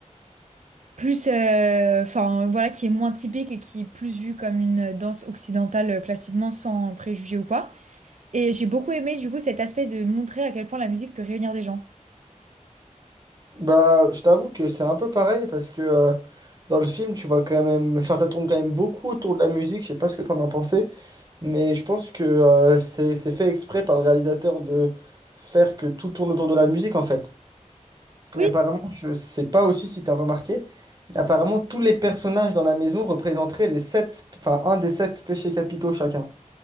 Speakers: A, on the right; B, on the right.
A: plus euh, enfin voilà qui est moins typique et qui est plus vue comme une danse occidentale euh, classiquement sans préjugés ou quoi. Et j'ai beaucoup aimé du coup cet aspect de montrer à quel point la musique peut réunir des gens.
B: Bah, je t'avoue que c'est un peu pareil parce que euh, dans le film, tu vois quand même, enfin, ça tourne quand même beaucoup autour de la musique. Je sais pas ce que t'en as pensé, mais je pense que euh, c'est c'est fait exprès par le réalisateur de faire que tout tourne autour de la musique en fait.
A: Oui,
B: Et apparemment, je sais pas aussi si tu as remarqué, mais apparemment tous les personnages dans la maison représenteraient les sept, enfin un des sept péchés capitaux chacun.